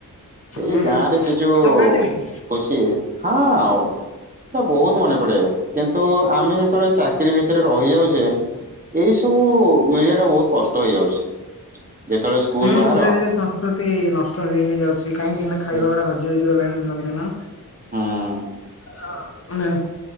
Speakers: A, on the left; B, on the right.
A: ହୁଁ
B: ଏଇ ଗାଁରେ ସେ ଯୋଉ
A: ଆପଣ ଖାଆନ୍ତିନି କି?
B: ଖୁସି ହଁ ଆଉ ସ୍ ହେଟା ବୋହୁତ ମନେ ପଡେ କିନ୍ତୁ ଆମେ ଯେତେବେଳେ ଚାକିରୀ ଭିତରେ ରହିଯାଉଚେ ଏଇ ସବୁ ମିଳିବାଟା ବୋହୁତ କଷ୍ଟ ହେଇଯାଉଛି। ଯେତେବେଳେ ସ୍କୁଲ
A: ହୁଁ
B: ବାହାର
A: ଧୀରେ ଧୀରେ ସଂସ୍ କୃତି ନଷ୍ଟ ହେଇ ହେଇ ଯାଉଛି କାହିଁକିନା
B: ସେ
A: ଖାଇବା ଗୁଡା ହଜି ହଜି ଗଲାଣି ଦିନକୁ ଦିନ।
B: ହଁ।
A: ହଁ।